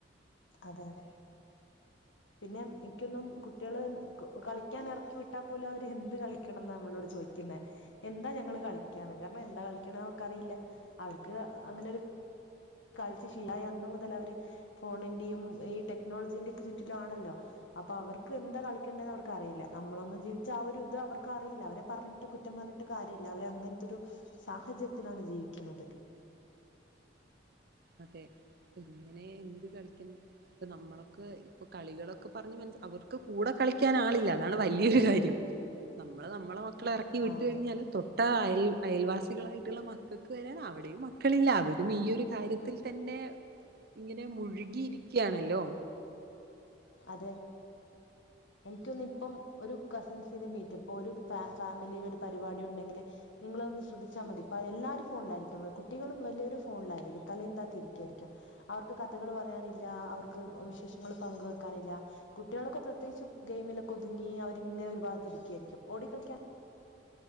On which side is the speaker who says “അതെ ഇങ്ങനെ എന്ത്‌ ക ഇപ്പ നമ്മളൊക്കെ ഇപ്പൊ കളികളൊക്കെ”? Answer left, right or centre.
Right